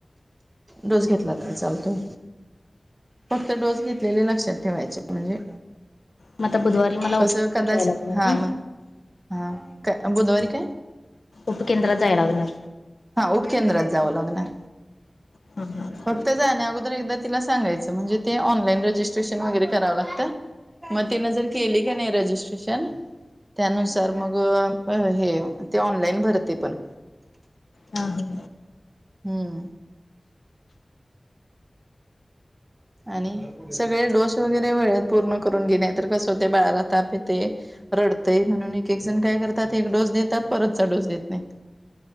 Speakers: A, on the right; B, on the left.
A: डोस घेतला तर चालतो. फक्त डोस घेतलेले लक्षात ठेवायचे म्हणजे.
B: मग आता बुधवारी मला
A: कस
B: उपकेंद्रात
A: कदाचित
B: जायला लागणार
A: हा
B: ना
A: मग हा का बुधवारी काय.
B: उपकेंद्रात जायला लागणार.
A: हा उपकेंद्रात जावं लागणार.
B: हम ह.
A: फक्त जाण्या अगोदर एकदा तिला सांगायचं म्हणजे ते ऑनलाईन रजिस्ट्रेशन वगैरे करावं लागतं. मग तिनं जर केली का नाही रजिस्ट्रेशन. त्यानुसार मग हे ते ऑनलाईन भरते पण.
B: ह हा.
A: हम्म. आणि. सगळे डोस वगैरे वेळेत पूर्ण करून घे नाही तर कसं होते बाळाला ताप येते. रडतंय म्हणून एक एक जण काय करतात एक डोस देतात परतचा डोस देत नाही.